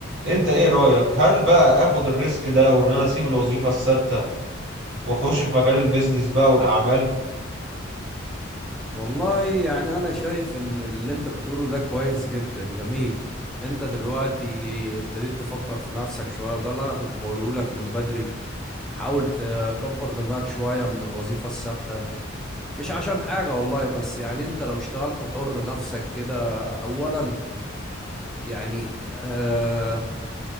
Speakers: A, on the right; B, in the centre.
A: انت ايه رأيك هل بقى اخد الريسك ده وان انا اسيب الوظيفة الثابتة واخش في مجال البيزنس بقى والاعمال
B: والله يعني أنا شايف إن اللي أنت بتقوله ده كويس جدا جميل أنت دلوقتي ابتديت تفكر في نفسك شوية وده اللي أنا كنت بقوله لك من بدري حاول تكبر دماغك شوية من الوظيفة الثابتة مش عشان حاجة والله بس يعني أنت لو اشتغلت حر نفسك كده أولا يعني آه